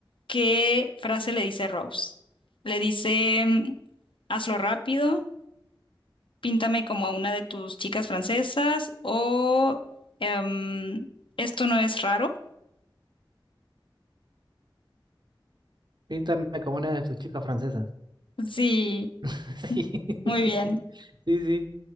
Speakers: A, on the left; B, on the right.
A: ¿qué frase le dice Rose? Le dice, mm, hazlo rápido. píntame como a una de tus chicas francesas o em, esto no es raro.
B: Píntame como una de tus chicas francesas.
A: Sí,
B: <laughs>
A: muy bien.
B: Sí, sí, sí.